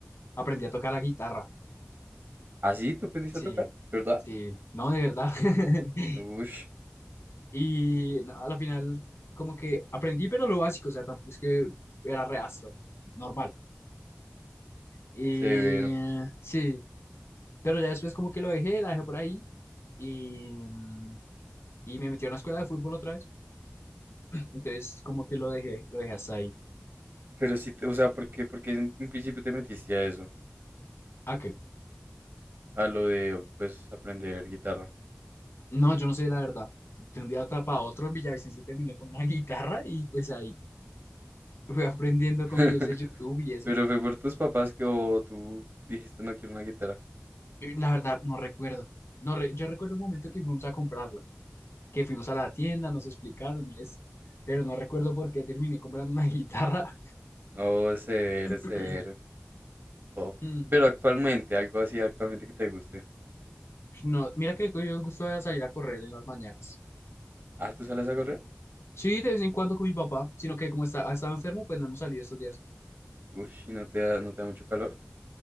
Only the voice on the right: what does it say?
Así tú aprendiste
a tocar, ¿verdad?
Ush,
severo.
Pero sí, te- o sea, ¿por qué, por qué en en principio te metiste a eso?
A lo de, pues, aprender guitarra.
<laughs>
Pero fue por tus papás que o tú dijiste no quiero una guitarra.
No, severo,
severo. Buff.
Pero actualmente, algo así actualmente que te guste.
Ah, ¿tú sales a correr?
Uy, ¿y no te da, no te da mucho calor.